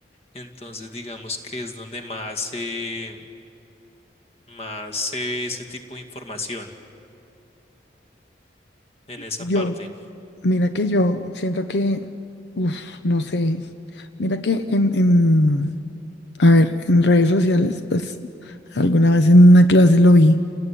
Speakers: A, on the left; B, on the left.
A: Entonces, digamos que es donde más se, más se ve ese tipo de información en esa
B: Yo
A: parte.
B: Mira que yo siento que, uff, no sé, mira que en, en, a ver, en redes sociales, pues alguna vez en una clase lo vi